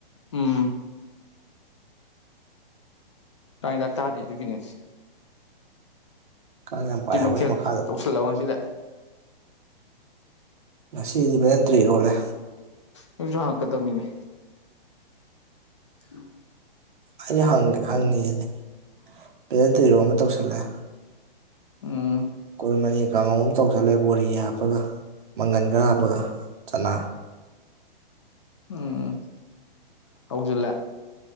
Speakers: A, on the left; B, on the right.
A: ꯎꯝ ꯀꯥꯡ ꯍꯤꯗꯥꯛ ꯊꯥꯗꯦ ꯑꯗꯨꯒꯤꯅꯦ ꯁꯤ
B: ꯀꯥꯡ ꯌꯥꯝ ꯄꯥꯏꯍꯧꯋꯦ
A: ꯀꯩ ꯃꯊꯦꯜ
B: ꯃꯈꯥꯗ
A: ꯇꯧꯁꯤꯜꯂꯕ ꯉꯁꯤꯗꯤ
B: ꯉꯁꯤꯗꯤ ꯚꯦꯂꯟꯇ꯭ꯔꯤ ꯏꯔꯣꯜꯂꯦ
A: ꯅꯪꯖꯨ ꯍꯪꯉꯛꯀꯗꯕꯅꯤꯅꯦ <inaudible>
B: ꯑꯩ ꯍꯪꯒꯦ
A: ꯎꯝ
B: ꯍꯪꯉꯤꯖꯤꯅꯤ ꯚꯦꯂꯦꯟꯗ꯭ꯔꯤ ꯏꯔꯣꯝꯕ ꯇꯧꯁꯜꯂꯦ
A: ꯎꯝ
B: ꯀꯣꯜꯂꯃꯅꯤ ꯀꯥꯡꯍꯧ ꯑꯝ ꯇꯧꯁꯜꯂꯦ ꯕꯣꯔꯤ ꯍꯥꯞꯄꯒ ꯃꯪꯒꯟ ꯈꯔ ꯍꯥꯞꯄꯒ ꯆꯅꯥ
A: ꯎꯝ ꯍꯧꯖꯤꯜꯂꯦ